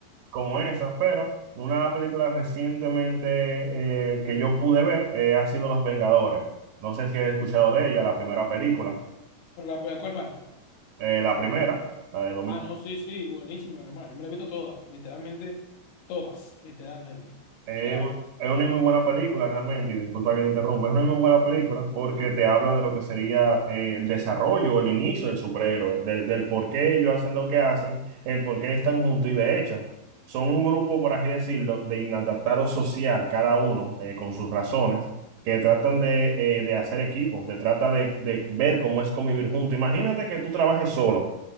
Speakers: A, on the right (about 65°); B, on the left (about 85°).
A: como esas, pero una película recientemente eh, que yo pude ver eh, ha sido Los Vengadores. No sé si has escuchado de ella, la primera película.
B: ¿Pero la, la cuál parte?
A: Eh, la primera, la de
B: Ah, no, sí, sí, buenísima, mi hermano. Yo me la he visto todas, literalmente, todas, literalmente.
A: Es,
B: O sea,
A: un- es una muy buena película realmente, y disculpa que te interrumpa, es una muy buena película porque te habla de lo que sería eh, el desarrollo o el inicio del superhéroe, del, del por qué ellos hacen lo que hacen, el por qué están juntos y de hecho son un grupo, por así decirlo, de inadaptados social, cada uno eh, con sus razones, que tratan de, eh, de hacer equipo, de trata de, de ver cómo es convivir juntos. Imagínate que tú trabajes solo.